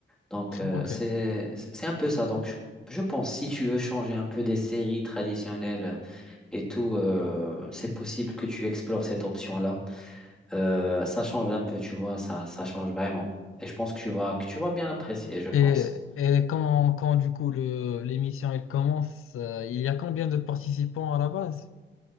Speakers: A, in the centre; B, on the left.
A: donc, euh,
B: ok.
A: c'est, c'est un peu ça. Donc, je, je pense, si tu veux changer un peu des séries traditionnelles et tout, euh, c'est possible que tu explores cette option-là. Euh, ça change un peu, tu vois, ça, ça change vraiment. Et je pense que tu vas, que tu vas bien apprécier, je pense.
B: Et, et quand, quand du coup le, l'émission elle commence, euh, il y a combien de participants à la base?